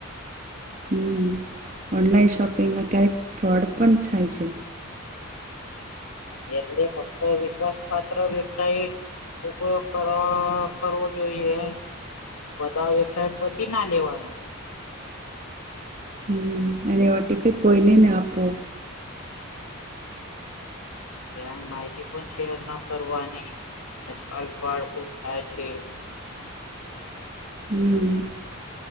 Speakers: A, on the right; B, on the left.
A: હમ ઓનલાઈન શોપિંગમાં ક્યારેક ફ્રોડ પણ થાય છે
B: એટલે ફક્ત વિશ્વાસ પાત્ર વેબસાઇટ ઉપયોગ કર કરવો જોઈએ બધા વેબસાઇટ પરથી ના લેવાના
A: હ અને ઓટીપી કોઈને ના આપવો
B: ક માહિતી પણ શેર ન કરવાની આજકાલ પ્રડ ખુબ થાય છે
A: હમ